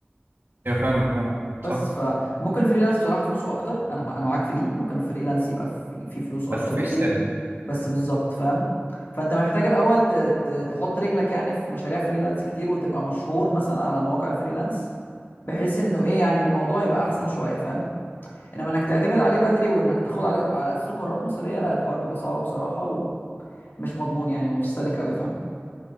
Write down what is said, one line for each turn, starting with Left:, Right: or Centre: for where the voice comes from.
Right: هي فعلا فعلا
Left: بس
Right: صح
Left: فممكن الفريلانس بصراحه فلوسه اكتر انا مع- انا معاك في دي ممكن الفريلانس يبقى في في فلوس اكتر
Right: بس
Left: بكتير
Right: مش ثابت
Left: بس بالظبط فاهم فانت محتاج الاول ت- ت- تحط رجلك يعني في مشاريع فريلانس كتير وتبقى مشهور مثلا على مواقع الفريلانس بحيث انه ايه يعني الموضوع يبقى احسن شويه فاهم انما انك تعتمد عليه بدري وانك تاخد عليه على اساسه قرارات مصيريه لا الحوار بيبقى صعب بصراحه ومش مضمون يعني ومش سالك قوي فاهم